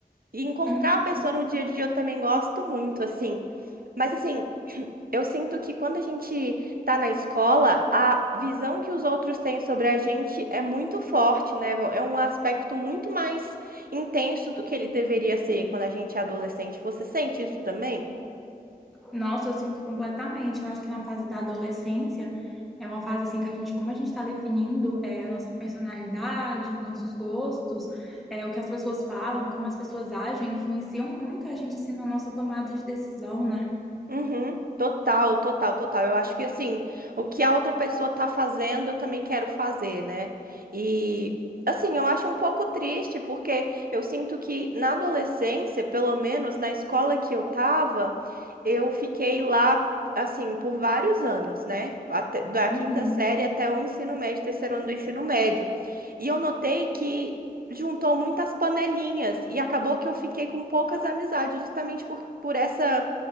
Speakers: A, on the right; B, in the centre.
A: E encontrar
B: Uhum.
A: a pessoa no dia a dia eu também gosto muito, assim. Mas assim, <clears throat> eu sinto que quando a gente tá na escola, a visão que os outros têm sobre a gente é muito forte, né? É um aspecto muito mais intenso do que ele deveria ser quando a gente é adolescente. Você sente isso também?
B: Nossa, eu sinto completamente. Eu acho que na fase da adolescência é uma fase assim que a gente, como a gente está definindo é, a nossa personalidade, os nossos gostos, é, o que as pessoas falam, como as pessoas agem, influenciam muito a gente assim na nossa tomada de decisão, né?
A: Uhum. Total, total, total. Eu acho que assim, o que a outra pessoa tá fazendo, eu também quero fazer, né? E assim, eu acho um pouco triste, porque eu sinto que na adolescência, pelo menos na escola que eu tava, eu fiquei lá assim por vários anos, né? Até- da quinta
B: Uhum.
A: série até o ensino médio, terceiro ano do ensino médio. E eu notei que juntou muitas panelinhas e acabou que eu fiquei com poucas amizades justamente por, por essa